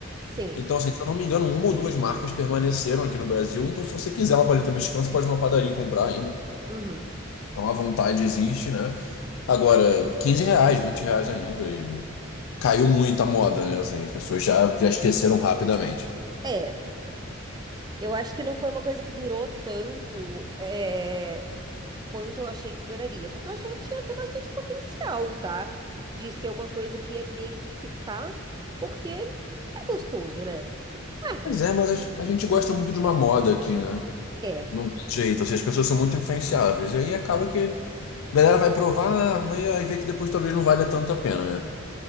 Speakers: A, on the right; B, on the left.
A: Sim.
B: Então, assim, se eu não me engano, uma ou duas marcas permaneceram aqui no Brasil. Então, se você quiser uma paleta mexicana, você pode ir numa padaria e comprar ainda.
A: Uhum.
B: Então a vontade existe, né? Agora, 15 reais, 20 reais ainda. E caiu muito a moda, né? Assim, as pessoas já, já esqueceram rapidamente.
A: É, eu acho que não foi uma coisa que durou tanto é, quanto eu achei que duraria, porque eu achava que tinha até bastante potencial, tá? De ser uma coisa que ia meio que ficar, porque é gostoso, né? Não é ruim.
B: Pois é, mas a gen- a gente gosta muito de uma moda aqui, né?
A: É,
B: Não tem jeito, assim, as pessoas são muito influenciáveis. E aí acaba que a galera vai provar, vê- aí vê que depois talvez não valha tanto a pena, né?